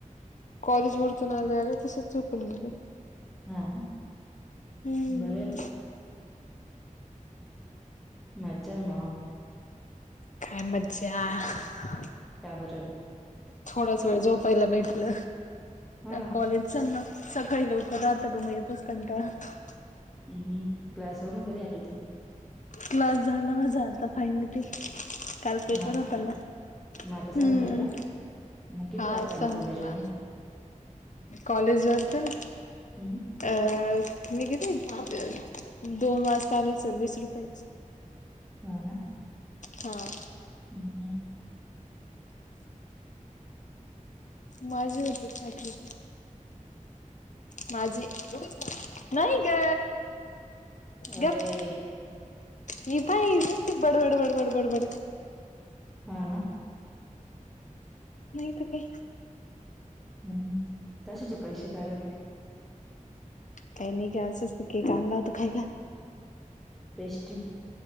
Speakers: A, on the left (about 65°); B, in the centre.
A: कॉलेज वरतून आलं अ आल्या ग तसच झोपून गेलो.
B: हाना,,
A: हम्म
B: बरय बाई मज्जा मऽ
A: काय मज्जाऽऽ
B: का बर गं?
A: थोडाच वेळ झोपायला भेटलं,,,
B: हा
A: कॉलेजऽ चल ना,, सकाळी लवकर राहत ग,, म येतोच कंटाळा ऽ
B: हम्म, हमम, क्लास वरून कधी आली होती?
A: क्लास झाला माझा आता फायनली. काल पेपर
B: मग हा
A: होताना..
B: का मग आता
A: हम्म,,
B: संपलंय का मग किती वाजता
A: आज
B: आली
A: संपला.
B: कॉलेजवरून
A: कॉलेज वर चलऽ
B: हम्म,
A: अ,, मी किती दोन वाजता आले,,, सविस रुपयाज्ञऽ
B: हो ना.
A: हां,
B: हम्म, हम्,
A: माझे होते साठले. माझे,,,, एवढेच,,, नाही ग. गप
B: अय
A: हिज आसतय बाय बडबड बडबड बडबड.
B: हा ना.
A: नाही त काय.
B: हम्म,, कशाचे पैसे घरातले.
A: काही नाही ग,, असच ते केक आणला होता खायला.
B: पेस्ट्री.